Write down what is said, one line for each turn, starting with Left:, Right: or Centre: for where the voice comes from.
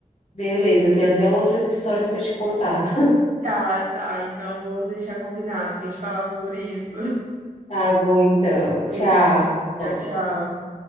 Left: Beleza, eu tenho até outras histórias para te contar. <laughs>
Right: Tá, tá. Então vamos deixar combinado pra gente falar sobre isso.
Left: Tá bom, então.
Right: <laughs> Beijo.
Left: Tchau. Até
Right: Tchau,
Left: logo.
Right: tchau.